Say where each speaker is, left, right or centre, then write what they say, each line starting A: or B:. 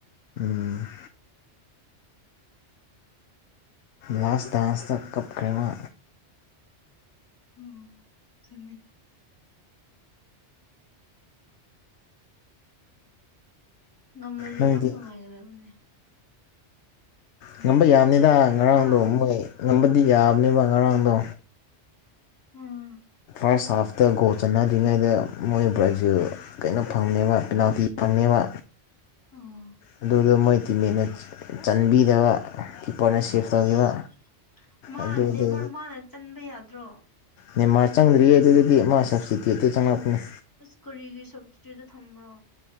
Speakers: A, on the left; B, on the left.
A: ꯎꯝ ꯂꯥꯁ ꯗꯥꯟꯁ ꯇ ꯀꯞꯈ꯭ꯔꯦ‌ ꯃꯥ꯫
B: ꯎꯝ ꯆꯨꯝꯃꯦ꯫ ꯉꯝꯔꯗꯤ
A: ꯅꯪꯗꯤ
B: ꯌꯥꯝ ꯅꯨꯡꯉꯥꯏꯒꯗꯕꯅꯦ꯫
A: ꯉꯝꯕ ꯌꯥꯕꯅꯤꯗ ꯉꯔꯥꯡꯗꯣ
B: ꯍꯥ
A: ꯃꯣꯏ ꯉꯝꯕꯗꯤ ꯌꯥꯕꯅꯦꯕ ꯉꯔꯥꯡꯗꯣ꯫
B: ꯎꯝ
A: ꯐꯔꯁ ꯍꯥꯜꯐꯇ ꯒꯣꯜ ꯆꯟꯅꯗ꯭ꯔꯤꯉꯩꯗ ꯃꯣꯏ ꯕꯔ꯭ꯖꯤꯜ ꯀꯩꯅꯣ ꯐꯪꯉꯦꯕ ꯄꯤꯅꯥꯜꯇꯤ ꯐꯪꯉꯦꯕ
B: ꯑꯣ
A: ꯑꯗꯨꯗꯣ ꯃꯣꯏ ꯇꯤꯝꯃꯦꯠꯅ‌ ꯆꯟꯕꯤꯗꯕ ꯀꯤꯞꯄꯔꯅ ꯁꯦꯐ ꯇꯧꯒꯤꯕ
B: ꯏꯁ ꯃꯥ
A: ꯑꯗꯨꯗꯤ
B: ꯅꯦꯃꯥꯔ ꯃꯥꯅ ꯆꯟꯕ ꯌꯥꯗ꯭ꯔꯣ꯫
A: ꯅꯦꯃꯥꯔ ꯆꯪꯗ꯭ꯔꯤꯌꯦ ꯑꯗꯨꯗꯗꯤ ꯃꯥ ꯁꯞꯁꯇꯤꯇ꯭ꯌꯨꯠꯇ ꯆꯪꯂꯛꯄꯅꯦ꯫
B: ꯑꯁ ꯀꯔꯤꯒꯤ ꯁꯞꯇꯤꯇ꯭ꯨꯌꯠꯇ ꯊꯝꯕ꯭ꯔꯣ꯫